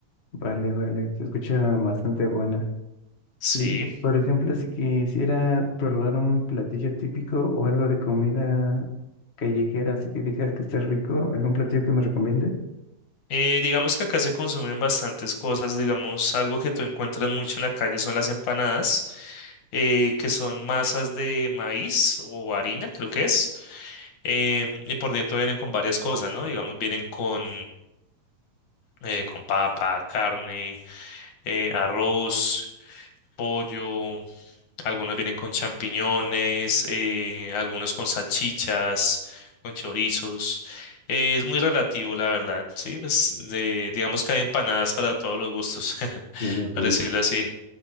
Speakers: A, on the left; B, on the left.
A: vale, vale, se escucha bastante buena.
B: Sí.
A: Y por ejemplo, si quisiera probar un platillo típico o algo de comida callejera, así que digas que esté rico, ¿algún platillo que me recomiende?
B: Eh, digamos que acá se consumen bastantes cosas, digamos, algo que tú encuentras mucho en la calle son las empanadas, eh, que son masas de maíz o harina, creo que es, em, y por dentro vienen con varias cosas, ¿no? Digamos, vienen con, eh, con papa, carne, eh, arroz, pollo. Algunos vienen con champiñones, eh, algunos con salchichas, con chorizos. Eh, es muy relativo, la verdad. Sí, pues, de- digamos que hay empanadas para todos los gustos, <laughs>
A: Ok,
B: para
A: ok.
B: decirlo así.